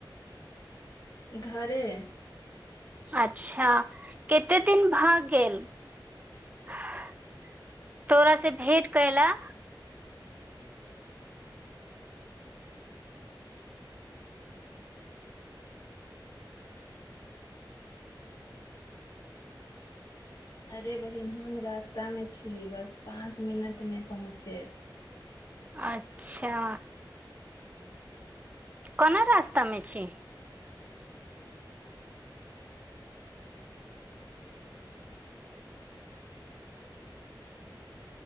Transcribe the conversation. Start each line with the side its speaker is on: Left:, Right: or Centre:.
Left: घरे
Right: अच्छा कते दिन भ गेल <inaudible> तोरा सँ भेंट करैला
Left: अरे बहिन हम रास्ता मे छी बस पाँच मिनट मे पहुँचेब
Right: अच्छा कोना रास्ता मे छीही